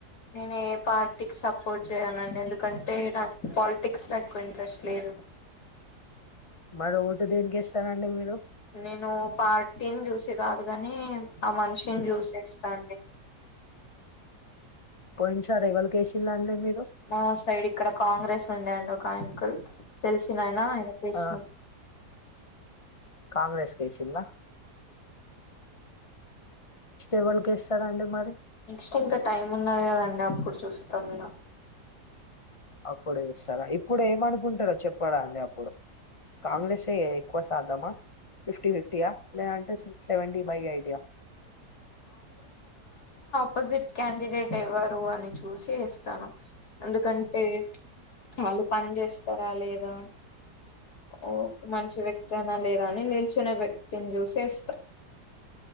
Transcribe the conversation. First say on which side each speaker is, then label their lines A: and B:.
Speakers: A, on the left; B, on the left.
A: నేను ఏ పార్టీకి సపోర్ట్ చేయనండి ఎందుకంటే నాకు పాలిటిక్స్లో ఎక్కువ ఇంట్రెస్ట్ లేదు
B: మరి ఓటు దేనికేస్తారండీ మీరు
A: నేను పార్టీని చూసి కాదు కాని ఆ మనిషిని చూసి తెస్స్తాండి
B: కొంచం రేవలకేసిందండి మీక్
A: మా సైడ్ ఇక్కడ కాంగ్రెస్ ఉండేండి ఒక ఆయ్నకుల్ తెలిసినై నా అయనకేశ్నం
B: ఆ కాంగ్రెస్ కేసిన్రా ఎవరికి వేస్తారండి మరి
A: నెక్స్ట్ ఇంకా టైం ఉన్నది కదండి అప్పుడు చూస్తాం ఇగ
B: అప్పుడు చూస్తారా ఇప్పుడు ఏమనుకుంటారో చెప్పరా అండి అప్పుడు కాంగ్రెసే ఎక్కువ సాధమా ఫిఫ్టీ ఫిఫ్టీయా లే అంటే సిక్స్ సెవెంటీ బై ఎయ్టియ్య
A: అపోజిట్ క్యాండిడేట్ ఎవ్వరు అని చూసి ఇస్తాను ఎందుకంటే వాళ్ళు పన్చేస్తారా లేదా ఒక మంచి వ్యక్తి అయినా లేదా అని నిల్ చూనే వ్యక్తిని చ్యూసేస్తా